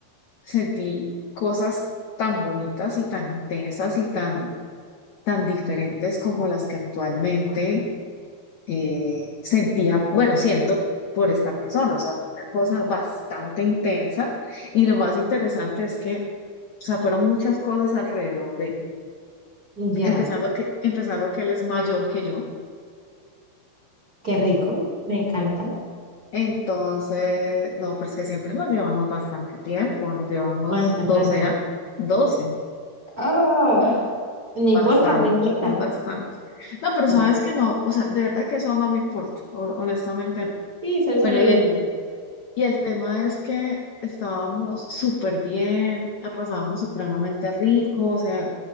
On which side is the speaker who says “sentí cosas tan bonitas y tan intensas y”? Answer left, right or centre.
Left